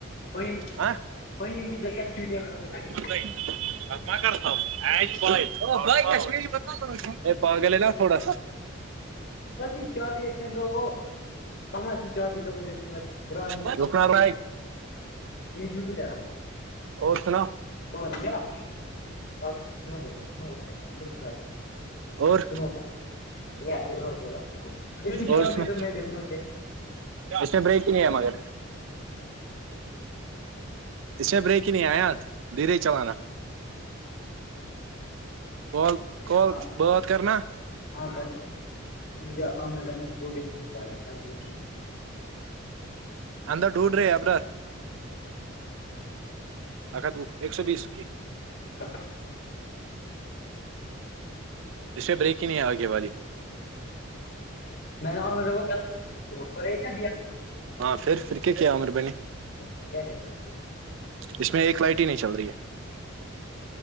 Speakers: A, on the left (about 55°); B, on the right (about 70°).
A: وہ
B: ہے
A: وہ ان کی دسا کی دیا <inaudible> <unintelligible>
B: <unintelligible> یہ پا گل ہے نا تھوڑا سا
A: ہو اسکی چابھی ایک سکنڈ دو وہ سمج اس کی چابھی دو مجھے اسکو میں
B: <unintelligible>
A: پرانی یہ جووپیٹر
B: اور سناؤ
A: <inaudible> <inaudible> سک سو مر ج
B: اور
A: سنکا <unintelligible>
B: اور سنا
A: د تو میں دیکھوں گا
B: اس میں بریک ہی نہیں ہے مگر اس میں بریک ہی نہیں ہے آیان دھیرے چلانا کال کال
A: ہاں
B: بات کرنا
A: ہاں مجھے عامر کوٹیشن کری تھاے
B: اندر ڈھونڈ رہے ابرار اکت وہ ایک سو بیس
A: <inaudible> <unintelligible>
B: اس سے بریک ہی نہیں ہے آگے والی
A: <unintelligible> کو اور یہ کیا دیا
B: ہاں پھر پھر کیا کیا آمر بھائی نے
A: تو کیا کرے گا
B: اس میں ایک لائٹ ہی نہیں چل رہی ہے